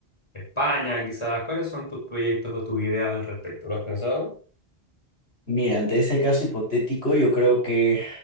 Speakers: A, on the left; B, on the left.
A: España quizás? ¿Cuáles son tus proyectos o tus ideas al respecto? ¿Lo has pensado?
B: Mira, ante ese caso hipotético, yo creo que